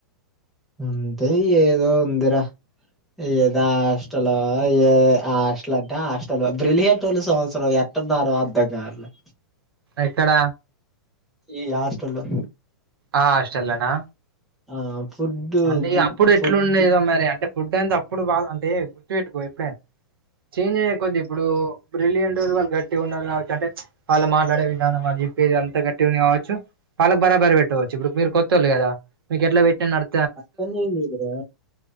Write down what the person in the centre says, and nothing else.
అంతే ఏదో ఉందిరా ఏదా హాస్టల్ ఏ ఆ హాస్టల్ అంటే హాస్టల్ బ్రిలియంటోళ్లు సంవత్సరం ఎట్లున్నారు అర్థం కావట్లా?
ఈ హస్టల్లో
ఆ ఫుడ్
గిడ్
ఫుడ్
అట్లుందేందిరా బ్రో